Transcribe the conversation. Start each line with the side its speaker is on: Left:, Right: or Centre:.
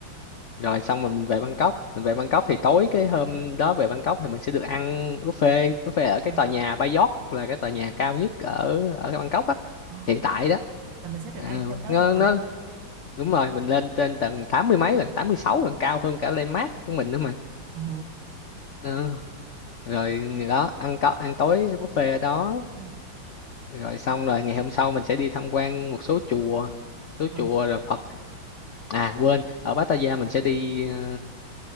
Left: rồi xong mình về Bangkok mình về Bangkok thì tối cái hôm đó về Bangkok thì mình sẽ được ăn buffet buffet ở
Right: ờ
Left: cái tòa nhà Bayot là cái tòa nhà cao nhất ở ở Bangkok á
Right: ờ
Left: hiện tại đó
Right: là mình sẽ được
Left: Ờ,
Right: ăn trong đó
Left: nó,
Right: luôn hả
Left: nó đúng rồi mình lên trên tầng tám mươi mấy lần tám mươi sáu lần cao hơn cả Landmark của mình nữa mà
Right: ồ
Left: Ờ, rồi đó ăn có ăn tối buffet ở đó
Right: ừ
Left: rồi xong rồi ngày hôm sau mình sẽ đi tham quan một số chùa số
Right: ờ
Left: chùa rồi Phật à quên ở Pattaya mình sẽ đi ờ,